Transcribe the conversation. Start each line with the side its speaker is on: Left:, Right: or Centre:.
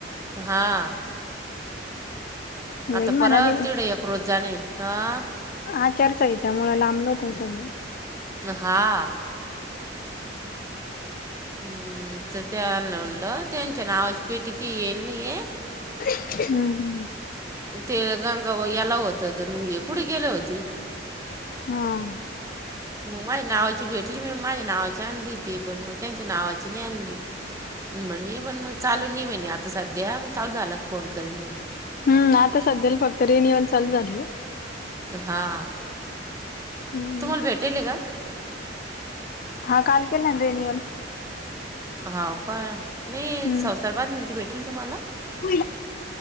Right: हां.
Left: होईल
Right: आता
Left: म्हणा
Right: परत
Left: ते
Right: तिडे एक रोज जाणे आहे. हं.
Left: आचारसहिता मुळं लांबल होतं सगळं.
Right: हां. हम्म त त्यांना म्हणल, त्यांच्या नावाची पेटी काय येल नई ये.
Left: हम्म हम्.
Right: ते गंगा व याला होत. <unintelligible> कुठे गेले होती?
Left: हां.
Right: मग माझ्या नावाची भेटली बई, माझ्या नावाची आणली ती. पण मग त्यांच्या नावाची नाही आणली.
Left: <inaudible>
Right: म्हणे पण मग चालू नाही म्हणे आता सध्या, मग चालू झालं का फोन करन म्हणे.
Left: हम्, आता सध्याला फक्त रीनेवल चालू झाले ओ.
Right: हा.
Left: <unintelligible>
Right: तुम्हाला भेटेल का
Left: हा काल केला रीनीवल.
Right: <unintelligible>
Left: हम्म <unintelligible>